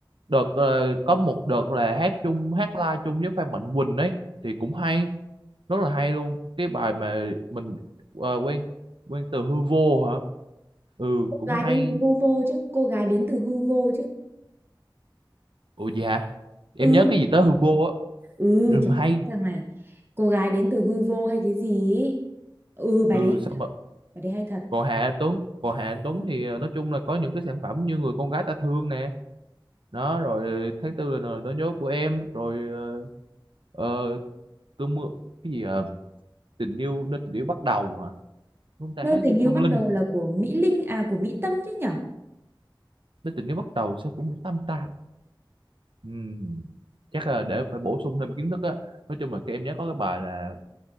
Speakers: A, on the right; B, on the right.
A: đợt ờ, có một đợt là hát chung hát live chung với Phan Mạnh Quỳnh ấy thì cũng hay rất là hay luôn cái bài mà mình ờ, quen quen từ hư vô hả ừ
B: cô
A: cũng
B: gái
A: hay
B: đến từ hư vô chứ cô gái đến từ hư vô chứ
A: ủa dạ em
B: ừ
A: nhớ cái gì tới hư vô á
B: ừ
A: ừ, mà
B: trời
A: hay
B: ơi, cái thằng này cô gái đến từ hư vô hay cái gì ý. ừ bài
A: ừ
B: đấy
A: sao mà
B: bài đấy hay thật
A: còn Hạ Anh Tuấn còn Hạ Anh Tuấn thì ờ, nói chung là có những cái sản phẩm như người con gái ta thương nè đó rồi tháng tư là lời nói nhớ của em rồi ờ, ờ, cơn mưa cái gì ờ, tình yêu nơi tình yêu bắt đầu hả chúng ta
B: nơi
A: hát
B: tình
A: với
B: yêu
A: Phương
B: bắt
A: Linh
B: đầu là của Mỹ Linh à của Mỹ Tâm chứ nhở
A: nơi tình yêu bắt đầu sao cũng tam ta Ừm, chắc là để phải bổ sung thêm kiến thức á nói chung là cái em nhớ có cái bài là